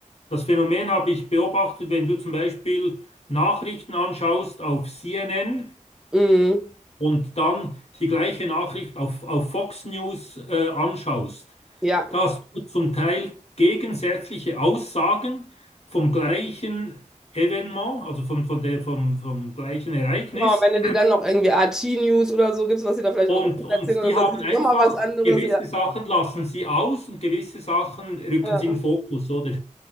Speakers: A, on the left; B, in the centre.
A: das Phänomen habe ich beobachtet, wenn du zum Beispiel Nachrichten anschaust auf CNN
B: mm,
A: und dann die gleiche Nachricht auf, auf Fox News äh, anschaust
B: ja.
A: dass du zum Teil gegensätzliche Aussagen vom gleichen Evenement, also vom, von der, vom, vom gleichen Ereignis,
B: Ja, und wenn du dir dann noch irgendwie RT-News oder so gibst, was sie da vielleicht
A: und,
B: in Russland
A: und
B: erzählen oder
A: die
B: so,
A: haben
B: dann siehst
A: einfach
B: du nochmal was anderes,
A: gewisse
B: ja,
A: Sachen lassen sie aus und gewisse Sachen rücken
B: ja,
A: sie in den Fokus, oder?